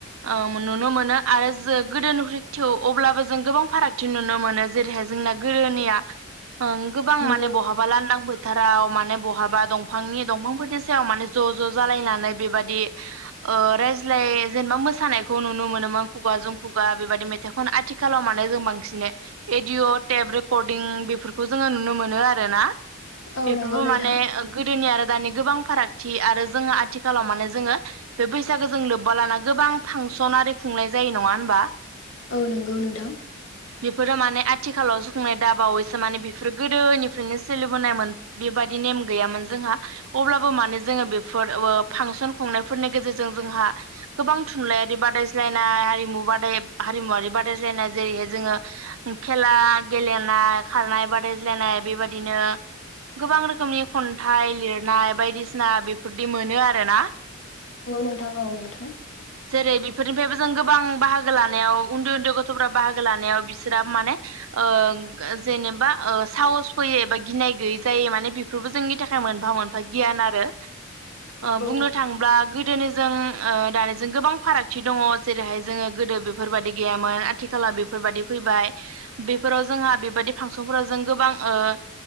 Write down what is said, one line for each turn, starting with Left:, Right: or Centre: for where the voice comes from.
Right: ओ नुनो मोनो आरो जों गोदोनिख थेउ अब्लाबो जों गोबां फारागथि नुनो मोनो जेरैहाय जोंना गोदोनिया ओ गोबां
Left: नंगौ
Right: माने बहाबा लाननांबो फोथाराव माने बहाबा दंफांनि दंफांफोरनि सायाव माने ज' ज'जालायनानै बेबाददि रायज्लाय जेनेबा मोसानायखौ नुनो मोनोमोन खुगाजों खुगा बेबदि मेथाइखौनो आथिखालाव माने जों बांसिन रेडिअ टेब रेकर्डिं बेफोरखौ जोङो नुनो मोनो आर ना
Left: औ
Right: बेफोरबो
Left: नंगौ नोंथां
Right: माने गोदोनि आरो दानि गोबां फारागथि आरो जोङो आथिखालाव माने जोङो बे बैसागो जों लोब्बा लाना गोबां फांसन आरो खुंनाय जायो नङा हो
Left: औ नंगौ नोंथां
Right: बेफोरो माने आथिखालाव जुखुंनाय दाबावैसो माने बेफोरो गोदोनिफ्रायनो सोलिबोनायमोन बेबायादि नेम गैयामोन जोंहा अब्लाबो माने जोङो बेफोर ओ। फांसन खुंनायफोरनि गेजेरजों जोंहा गोबां थुनलाइयारि बादायज्लायनाय हारिमु बाद हम बनाय जेरै जो खेला गेल। खारनाय बादायलायनाय बेबायदिनो गोबां रो खोमनि खन्थाइ लिरनाय बायदिसिना बेफोरदि मोनो आरो ना।
Left: औ नोंथां औ नोंथां
Right: जेरै बेफोरनिफ्रायबो जों गोबां बाहागो बाहागो लानायाव उन्दै उन्दै गथफोरा बाहागो लानायाव बिसोराबो माने ओ गो जेनेबा ओ साहस फैयो एबा गिनाय गैयै जायो माने बेफोरबो जोंनि थाखाय मोनफा मोनफा गियान आरो ओ
Left: नोंथां
Right: बुंनो थाङोब्ला गोदोनि जों ओ दानि जों गोबां फारागथि दङ जेरैहाय जोङो गोदो बेफोरबादि गैयामोन आथिखाला बेफोरबायदि फैबाय बेफोराव जोंहा बेबायदि फांसनफोराव जों गोबां ओओ